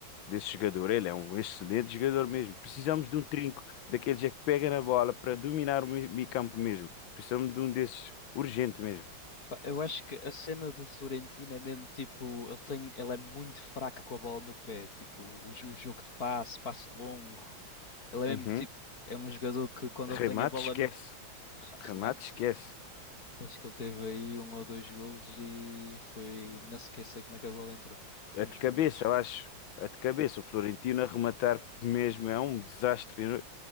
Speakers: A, on the left; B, on the left.
A: desse jogador. Ele é um excelente jogador mesmo. Precisamos de um trinco, daqueles é que pega na bola para dominar o meio meio campo mesmo. Precisamos de um desses, urgente mesmo.
B: Pá, Eu acho que a cena do Florentino é mesmo tipo, ele tem, ele é muito fraco com a bola no pé, tipo, o, jo- o jogo de passe, passe longo. Ele é
A: Uhum.
B: mesmo tipo, é um jogador que quando ele
A: Remate,
B: tem a bola
A: esquece.
B: no
A: Remate,
B: remate,
A: esquece.
B: Acho que ele teve aí um ou dois golos e foi. Não sequer sei como é que a bola entrou.
A: É
B: Mas
A: de cabeça,
B: pronto.
A: eu acho. É de cabeça. O Florentino a rematar mesmo é um desastre. Eu-